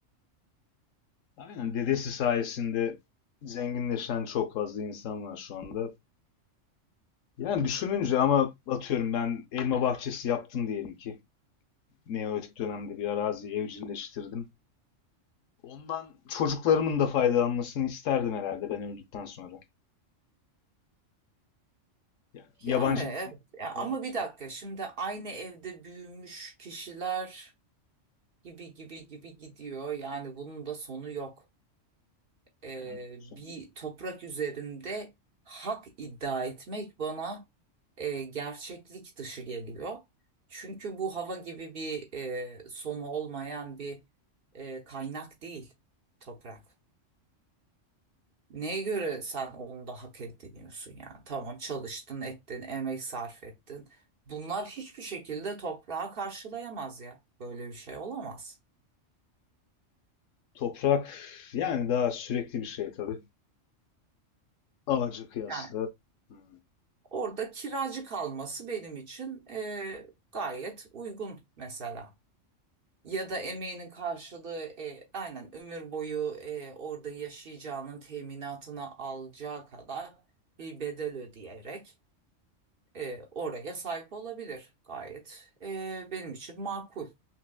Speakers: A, on the left (about 80°); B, on the right (about 50°).
A: Aynen dedesi sayesinde zenginleşen çok fazla insan var şu anda. Yani düşününce ama atıyorum ben elma bahçesi yaptım diyelim ki. Neolitik dönemde bir araziyi evcilleştirdim. Ondan çocuklarımın da faydalanmasını isterdim herhalde ben öldükten sonra. Yani yabancı
B: Yani evet.
A: bir
B: Ya,
A: doğaçlar.
B: ama bir dakika şimdi aynı evde büyümüş kişiler gibi gibi gibi gidiyor. Yani bunun da sonu yok. Ee,
A: Aynen.
B: bir toprak üzerinde hak iddia etmek bana e, gerçeklik dışı geliyor. Çünkü bu hava gibi bir e, sonu olmayan bir e, kaynak değil toprak. Neye göre sen onu da hak ediniyorsun yani? Tamam çalıştın, ettin, emek sarf ettin. Bunlar hiçbir şekilde toprağa karşılayamaz ya. Böyle bir şey olamaz.
A: Toprak yani daha sürekli bir şey tabii. Ağaca kıyasla.
B: Yani
A: Hmm.
B: orada kiracı kalması benim için e, gayet uygun mesela. Ya da emeğinin karşılığı e, aynen ömür boyu e, orada yaşayacağının teminatını alacağı kadar bir bedel ödeyerek e, oraya sahip olabilir. Gayet e, benim için makul.